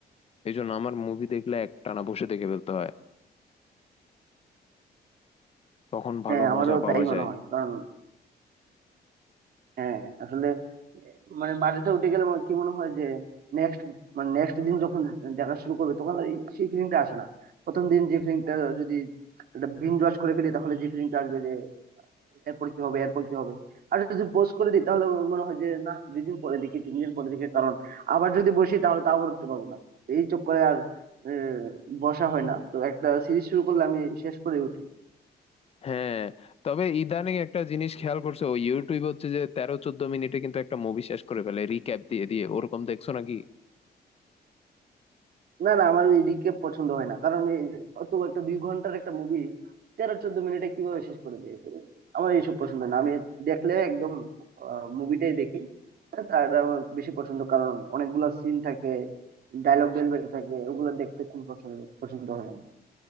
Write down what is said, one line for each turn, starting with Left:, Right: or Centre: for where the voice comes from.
Left: এই জন্য আমার মুভি দেখলে একটানা বসে দেখে ফেলতে হয় তখন ভালো
Right: হ্যাঁ আমারও
Left: মজা পাওয়া
Right: তাই মনে
Left: যায়
Right: হয় কারণ হ্যাঁ আসলে মানে বাজেটটা উঠে গেলে আমার কি মনে হয় যে নেক্সট মানে নেক্সট দিন যখন দেখা শুরু করবে তখন আর এই- সেই ফিলিংটা আসে না প্রথম দিন যে ফিলিংটা যদি এটা বিঞ্জ ওয়াচ করে ফেলি তাহলে যে ফিলিংটা আসবে যে এরপর কি হবে এরপর কি হবে আর যদি পোস্ট করে দিই তাহলে মনে হয় যে না দুই দিন পরে দেখি তিন দিন পরে দেখি কারণ আবার যদি বসি তাহলে তো আবার উঠতে পারবো না এই চক্করে আর আহ, বসা হয় না তো একটা সিরিজ শুরু করলে আমি শেষ করে উঠি
Left: হ্যাঁ তবে ইদানিং একটা জিনিস খেয়াল করছে ও ইউটিউব হচ্ছে যে তেরো চোদ্দ মিনিটে কিন্তু একটা মুভি শেষ করে ফেলে রিক্যাপ দিয়ে দিয়ে ওরকম দেখছো নাকি
Right: না না আমার ওই রিকেপ পছন্দ হয় না কারণ এই অত একটা দুই ঘন্টার একটা মুভি তেরো চোদ্দ মিনিটে কিভাবে শেষ করে দেয় আমার এইসব পছন্দ না আমি দেখলে একদম মুভিটাই দেখি তার আমার বেশি পছন্দ কারণ অনেকগুলা সিন থাকে ডায়লগ ডেলিভারি থাকে ওগুলো দেখতে খুব পছন্দ পছন্দ হয় আমার।